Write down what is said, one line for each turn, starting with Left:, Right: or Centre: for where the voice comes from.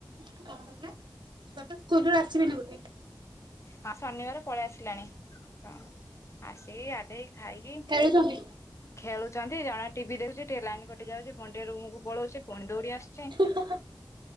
Right: ଛୁଆ ତ ସ୍କୁଲ ରୁ ଆସିବେଣି ବୋଧେ
Left: ହଁ ଶନିବାର ପଳେଇ ଆସିଲାଣି ହଁ ଆସିକି ଗାଧେଇକିଖାଇକି,
Right: ଖେଳୁଛନ୍ତି।
Left: ଖେଳୁଛନ୍ତି ଜଣେ ଟିଭି ଦେଖୁଛି ଟିକେ ଲାଇନ କଟି ଯାଉଛି ପୁଣି ଟିକେ ରୁମକୁ ପଳଉଛି ପୁଣି ଦୌଡି ଆସୁଛି।
Right: <unintelligible>